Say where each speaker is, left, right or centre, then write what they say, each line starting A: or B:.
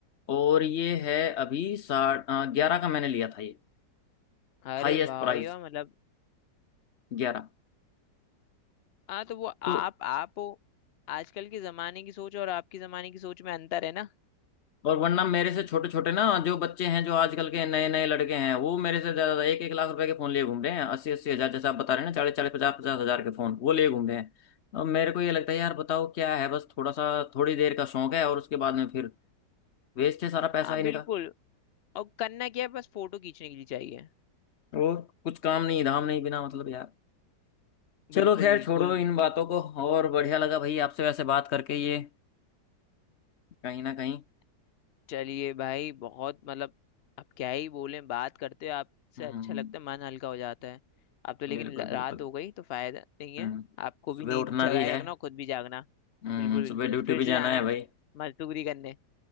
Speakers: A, on the left; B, on the left.
A: और ये है अभी साठ ग्यारह का मैंने लिया था ये
B: अरे
A: हाईएस्ट
B: वाह
A: प्राइस
B: भाई वाह मतलब
A: ग्यारह
B: हाँ तो वो आप
A: तो
B: आप हो आजकल के जमाने की सोच और आपकी जमाने की सोच में अंतर है ना
A: और वरना मेरे से छोटे छोटे ना जो बच्चे हैं जो आजकल के नए नए लड़के हैं वो मेरे से ज्यादा एक एक लाख रुपए के फोन लिए घूम रहे हैं अस्सी अस्सी हजार जैसे आप बता रहे हैं ना चालीस चालीस पचास पचास हजार के फोन वो लिए घूम रहे हैं और मेरे को ये लगता है यार बताओ क्या है बस थोड़ा सा थोड़ी देर का शौक है और उसके बाद में फिर वेस्ट है सारा पैसा
B: हाँ
A: इनका
B: बिल्कुल और करना क्या है बस फोटो खींचने के लिए चाहिए
A: और कुछ काम नहीं धाम नहीं बिना मतलब यार चलो
B: बिल्कुल
A: खैर
B: बिल्कुल
A: छोड़ो इन बातों को और बढ़िया लगा भाई आपसे वैसे बात करके ये कहीं ना कहीं
B: चलिए भाई बहुत मतलब अब क्या ही बोलें बात करते हो आपसे
A: हम्म
B: अच्छा लगता है मन हल्का हो जाता है अब तो लेकिन
A: बिल्कुल
B: ल-
A: बिल्कुल
B: रात हो गई तो फायदा नहीं है
A: हम्म
B: आपको भी
A: सुबह
B: नींद
A: उठना
B: जगाए
A: भी है
B: रखना और खुद भी जागना
A: हम्म
B: बिल्कुल
A: सुबह
B: बिल्कुल
A: ड्यूटी
B: फिर
A: भी
B: से
A: जाना
B: जाना
A: है भाई <laughs>
B: मजदूरी करने